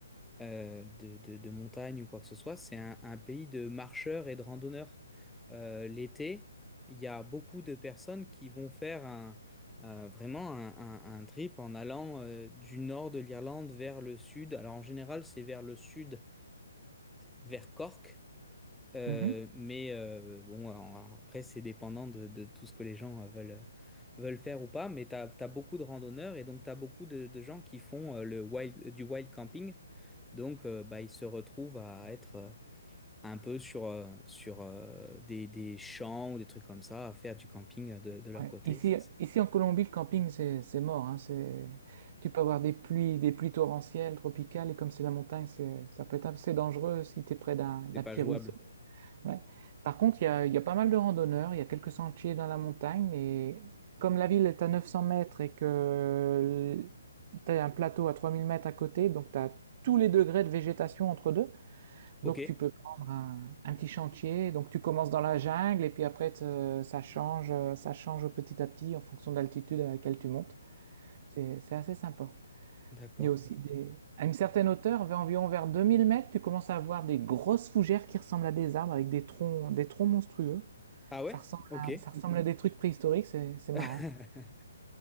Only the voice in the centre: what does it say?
euh, de, de- de montagne ou quoi que ce soit, c'est un, un pays de marcheurs et de randonneurs. Euh, l'été, il y a beaucoup de personnes qui vont faire un, euh, vraiment un, un- un trip en allant euh, du nord de l'Irlande vers le sud. Alors en général, c'est vers le sud-est, vers Cork. Euh,
mais euh, bon, en- après, c'est dépendant de, de tout ce que les gens euh, veulent, veulent faire ou pas. Mais tu as, beaucoup de randonneurs et donc tu as beaucoup de, de gens qui font euh, le wild, du wild camping. Donc, euh, bah, ils se retrouvent à être euh, un peu sur, euh, sur euh, des, des champs ou des trucs comme ça, à faire du camping euh, de, de leur
côté.
C'est assez-
c'est pas
jouable.
Ok,
d'accord.
Ah ouais?
Ok.
<laughs>